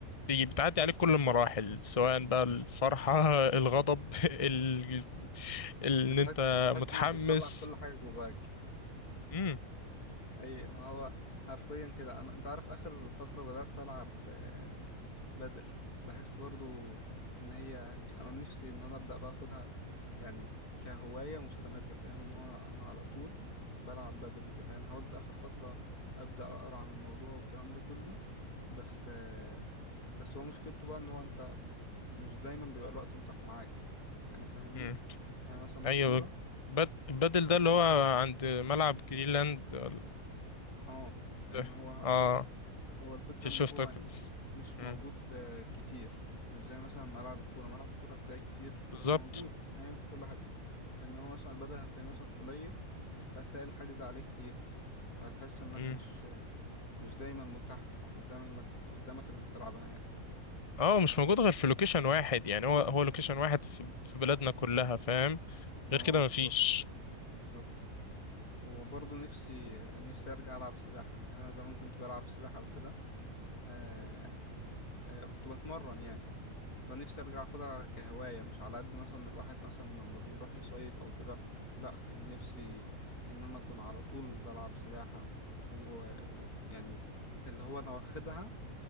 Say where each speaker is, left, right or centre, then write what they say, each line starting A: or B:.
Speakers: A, on the left (about 25°); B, on the left (about 85°).
A: بي- بتعدي عليك كل المراحل سواء بقى الفرحة <laughs> الغضب <laughs> ال... ال...
B: بتحس
A: ان انت
B: بتحس
A: متحمس
B: انك بتطلع كل حاجة جواك
A: امم
B: اي ما هو حرفيا كده انا انت عارف اخر فترة بدأت العب آه، بدل بحس برضو ان هي يعني انا نفسي ان انا ابدأ باخدها يعني كهواية مستمرة فاهم ان هو انا أنا على طول بلعب بدل وكده يعني حاولت اخر فترة ابدأ اقرا عن الموضوع والكلام ده كله بس آه، بس هو مشكلته بقى ان هو انت مش دايما بيبقى الوقت متاح معاك يعني فاهمني
A: امم
B: يعني مثلا
A: ايوه
B: الكورة
A: بد... بدل ده اللي هو عند ملعب جرينلاند ولا-
B: اه يعني
A: إيه؟
B: هو
A: اه
B: هو الفكرة
A: في
B: إن
A: شفتك
B: هو يعني مش
A: امم
B: موجود آه، كتير مش زي مثلا ملعب الكورة ملعب الكورة هتلاقي كتير
A: بالظبط
B: موجود فاهم في كل حتة إن هو مثلا البدل هتلاقي مثلا قليل فهتلاقي الحجز عليه كتير فهتحس إنك
A: امم
B: مش مش دايما متاح قدام إنك قدامك إنك تلعبها يعني
A: اه مش موجود غير في لوكيشن واحد يعني هو هو لوكيشن واحد في في بلادنا كلها فاهم
B: ما
A: غير
B: هو
A: كده مفيش
B: بالظبط بالظبط وبرضه نفسي نفسي أرجع ألعب سباحة يعني أنا زمان كنت بلعب سباحة وكده آه، آه، كنت بتمرن يعني فنفسي ارجع اخدها كهواية مش على قد مثلا الواحد مثلا لما بيروح يصيف او كده لا يعني نفسي ان انا اكون على طول بلعب سباحة ويعني اللي هو انا واخدها